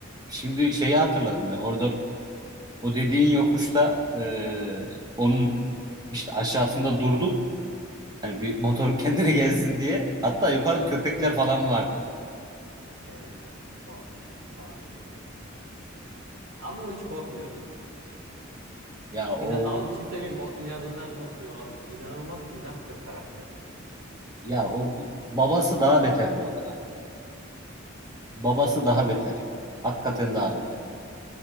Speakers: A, on the right; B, on the right.
A: şimdi şeyi hatırladım ben. Orada o dediğin yokuşta e, onun işte aşağısında durduk. Hani bir motor <laughs> kendine gelsin diye. Hatta yukarıda köpekler falan vardı.
B: Evet, bir korkmuştuk falan filan aynen. Ama o hiç korkmuyordu.
A: Ya o
B: İna ama bir şey söyleyeyim mi? O inadından korkmuyor olabilir. İnanılmaz inat bir karakter ya.
A: ya o babası daha beter bu arada. Babası daha beter. Hakikaten daha beter.